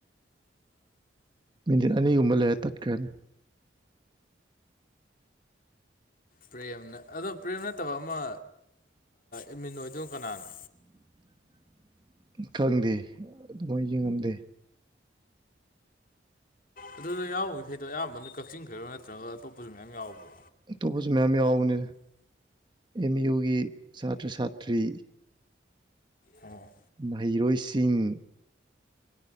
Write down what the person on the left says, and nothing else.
ꯄ꯭ꯔꯦꯝꯅ ꯑꯗꯣ ꯄ꯭ꯔꯦꯝ ꯅꯠꯇꯕ ꯑꯃ ꯏꯃꯤꯟ ꯑꯣꯏꯗꯣꯏꯅꯣ ꯀꯅꯥꯅꯣ
ꯑꯗꯨꯗ ꯌꯥꯎꯋꯤ ꯐꯩꯗꯣ ꯑꯌꯥꯝꯕꯅ ꯀꯛꯆꯤꯡ ꯈꯔꯣ ꯅꯠꯇ꯭ꯔꯒ ꯑꯇꯣꯞꯄꯁꯨ ꯃꯌꯥꯝ ꯌꯥꯎꯕ꯭ꯔꯣ
ꯑꯣꯝ